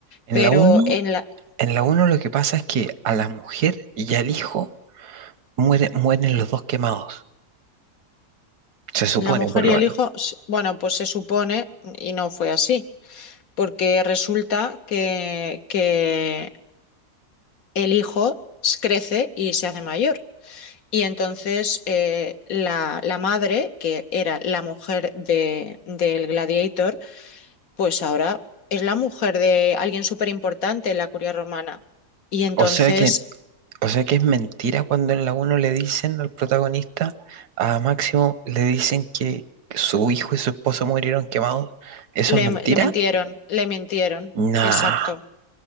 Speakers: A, on the right; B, on the left.
A: En
B: pero
A: la uno,
B: en la,
A: en la uno lo que pasa es que a la mujer y al hijo muere- mueren los dos quemados, se supone
B: la mujer
A: por lo
B: y el
A: menos.
B: hijo, s- bueno, pues se supone, y no fue así, porque resulta que, que el hijo s- crece y se hace mayor. Y entonces eh, la, la madre, que era la mujer de, del gladiator, Pues ahora es la mujer de alguien súper importante en la curia romana. Y entonces
A: O sea que, o sea que es mentira cuando en la uno le dicen al protagonista, a Máximo, le dicen que su hijo y su esposa murieron quemados. ¿Eso
B: le,
A: es mentira?
B: le mintieron, le mintieron.
A: Nah,
B: Exacto.